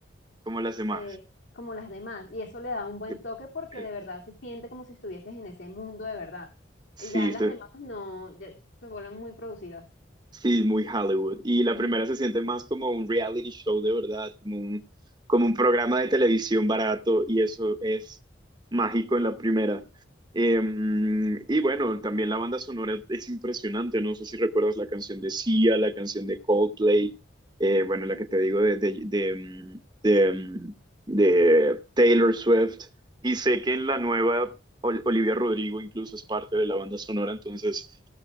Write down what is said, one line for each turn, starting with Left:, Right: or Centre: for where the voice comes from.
Right: como las demás.
Left: eh, como las demás. Y eso le da un buen
Right: Eh,
Left: toque porque
Right: eh,
Left: de verdad se siente como si estuvieses en ese mundo de verdad.
Right: Sí,
Left: Eh, Ya
Right: estoy-
Left: las demás no, ya se vuelven muy producidas.
Right: Sí, muy Hollywood. Y la
Left: Ujú.
Right: primera se siente más como un reality show de verdad, como un, como un programa de televisión barato y eso es mágico en la primera. Eh, y bueno, también la banda sonora es impresionante. No sé si recuerdas la canción de Sia, la canción de Coldplay, eh, bueno, la que te digo de, de, de, mm, de, mm, de Taylor Swift. Y sé que en la nueva Ol- Olivia Rodrigo incluso es parte de la banda sonora, entonces...